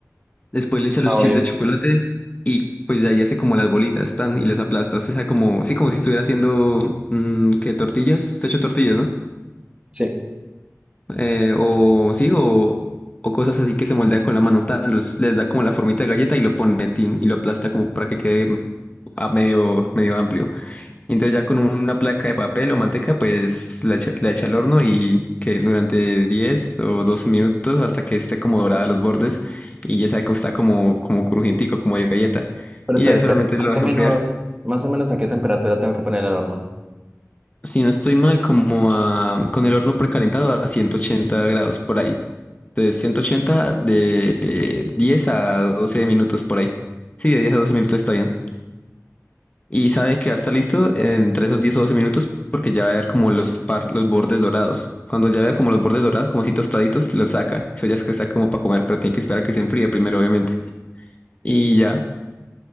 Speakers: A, on the left; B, on the right.
A: Después le echa los
B: Ah,
A: chips
B: obvio.
A: de chocolates y pues de ahí hace como las bolitas, tan, y las aplasta. Usted sabe como, sí, como si estuviera haciendo, mm, qué tortillas? Usted ha hecho tortillas, ¿no?
B: Sí.
A: Eh, o sí, o, o cosas así que se moldea con la mano, tan, los- les da como la formita de galleta y lo pone tin y lo aplasta como para que quede a medio, medio amplio. Y entonces ya con una placa de papel o manteca, pues la echa, la echa al horno y que durante 10 o 12 minutos hasta que esté como dorada a los bordes y ya sabe que está como, como crujientico, como de galleta.
B: Pero
A: Y
B: espere,
A: ya
B: espere.
A: solamente lo
B: Más
A: deja
B: o menos,
A: enfriar.
B: más o menos a qué temperatura tengo que poner el horno.
A: Si no estoy mal, como a- con el horno precalentado a 180 grados por ahí. Entonces 180 de eh, 10 a doce minutos por ahí. Sí, de 10 a 12 minutos está bien. Y sabe que va a estar listo entre esos 10 o 12 minutos porque ya va a ver como los, par, los bordes dorados. Cuando ya vea como los bordes dorados, como si tostaditos, los saca. Eso ya es que está como para comer, pero tiene que esperar a que se enfríe primero, obviamente. Y ya,